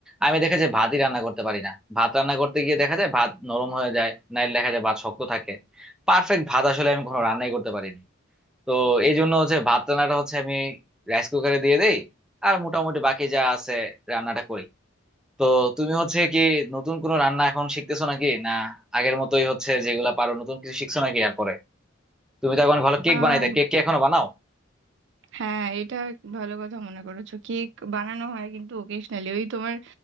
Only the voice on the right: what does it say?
আর
হ্যাঁ এটা ভালো কথা মনে করেছো কেক বানানো হয় কিন্তু ওকেশনালি ওই তোমার